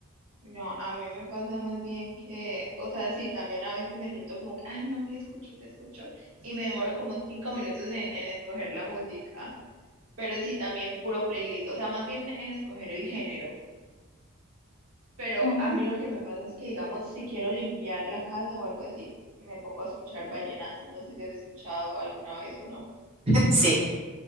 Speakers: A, on the right; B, on the right.
A: no, a mí me pasa más bien que, o sea, sí, también a veces me siento como que, ay, no, ¿qué escucho? ¿Qué escucho? Y me demoro como cinco minutos en, en escoger la música, pero sí, también puro playlist, o sea, más bien en escoger el género. Pero
B: Mm.
A: a mí lo que me pasa es que, digamos, si quiero limpiar la casa o algo así, me pongo a escuchar vallenatos. No sé si has escuchado alguna vez uno.
B: <laughs> Sí,